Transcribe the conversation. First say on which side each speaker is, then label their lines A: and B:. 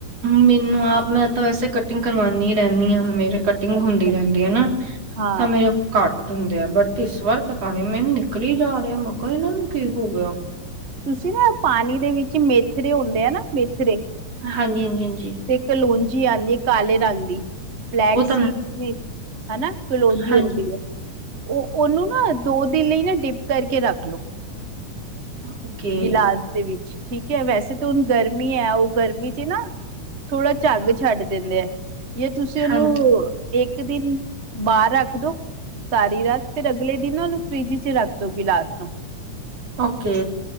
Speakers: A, on the right (about 50°); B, on the right (about 80°).
A: ਮੈਨੂੰ ਆਪ, ਮੈਂ ਤਾਂ ਵੈਸੇ ਕਟਿੰਗ ਕਰਵਾਨੀ ਰਹਿਣੀ ਆਂ, ਮੇਰੇ ਕਟਿੰਗ
B: ਅੱਛਾ।
A: ਹੁੰਦੀ ਰਹਿੰਦੀ ਏ ਨਾ,
B: ਹਾਂ
A: ਤਾਂ ਮੇਰੇ ਘੱਟ ਹੁੰਦੇ ਆ ਬਟ ਇਸ ਵਾਰ ਪਤਾ ਨੀ ਮੈਨੂੰ ਨਿਕਲੀ ਜਾ ਰਿਹਾ, ਮੈਂ ਕਾਂ ਇਹਨਾਂ ਨੂੰ ਕੀ ਹੋ ਗਿਆ?
B: ਤੁਸੀਂ ਨਾ ਪਾਣੀ ਦੇ ਵਿੱਚ ਮੇਥਰੇ ਹੁੰ ਨਾ ਮੇਥਰੇ
A: ਹਾਂਜੀ ਹਾਂਜੀ ਹਾਂਜੀ
B: ਤੇ ਕਲੂੰਜੀ ਆਉਂਦੀ ਹੈ ਕਾਲੇ ਰੰਗ ਦੀ ਬਲੈਕ
A: ਉਹ
B: ਸੀ
A: ਤਾਂ ਮੈਂ
B: ਹਨਾ ਕਲੋਨੀ
A: ਹਾਂਜੀ
B: ਹੋ ਰਦੀ ਹੈ ਉਹ ਉਹਨੂੰ ਨਾ ਦੋ ਦਿਨ ਲਈ ਨਾ ਡਿਪ ਕਰਕੇ ਰੱਖ ਲਓ
A: ਓਕੇ
B: ਗਿਲਾਸ ਦੇ ਵਿੱਚ ਠੀਕ ਹੈ ਵੈਸੇ ਤਾਂ ਹੁਣ ਗਰਮੀ ਹੈ ਉਹ ਗਰਮੀ ਚ ਨਾ ਥੋੜਾ ਝੱਗ ਛੱਡ ਦਿੰਦੇ ਆ ਜੇ ਤੁਸੀਂ ਉਹਨੂੰ
A: ਹਾਂ
B: ਇੱਕ ਇੱਕ ਦਿਨ ਬਾਹਰ ਰੱਖ ਦੋ ਸਾਰੀ ਰਾਤ ਫੇਿਰ ਅਗਲੇ ਦਿਨ ਉਹਨੂੰ ਫਰਿਜ ਚ ਰੱਖ ਦੋ ਗਿਲਾਸ ਨੂੰ
A: ਓਕੇ